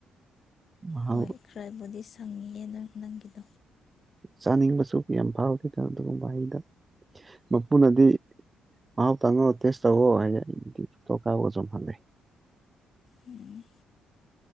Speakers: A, on the right (about 25°); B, on the left (about 55°).
A: ꯃꯍꯥꯎ
B: ꯍꯣꯏ ꯈꯔꯕꯨꯗꯤ ꯁꯪꯉꯌꯦ ꯅꯪ ꯅꯪꯒꯤꯗꯣ
A: ꯆꯥꯅꯤꯡꯕꯁꯨ ꯀ ꯌꯥꯝ ꯐꯥꯎꯗꯦꯗ ꯑꯗꯨꯒꯨꯝꯕ ꯑꯩꯗ ꯃꯄꯨꯅꯗꯤ ꯍꯥꯎ ꯇꯉꯣ ꯇꯁꯣ ꯍ ꯍꯥꯏꯗꯤ ꯊꯇꯣꯛ ꯀꯥꯕꯨꯣ ꯆꯧ ꯃꯦ
B: ꯎꯝ